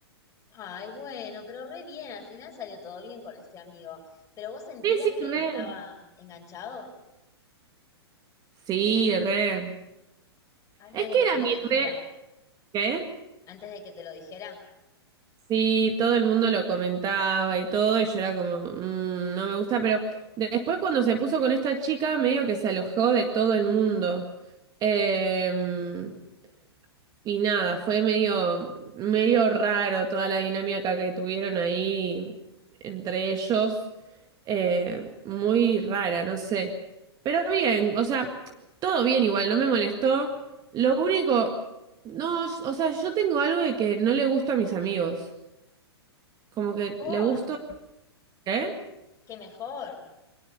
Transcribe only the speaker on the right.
Sí, sí,
re.
Sí, re.
Es
que
era
mi
re. ¿Qué?
Sí, todo el mundo lo comentaba y todo, y yo era como, "Mm, no me gusta, pero de- después cuando se puso con esta chica, medio que se alojó de todo el mundo. Eh, y nada, fue medio, medio raro toda la dinámica que tuvieron ahí entre ellos. Eh, muy rara, no sé. Pero bien, o sea, todo bien igual, no me molestó. Lo único, no, o sea, yo tengo algo de que no le gusta a mis amigos. Como que
le gusto, ¿eh?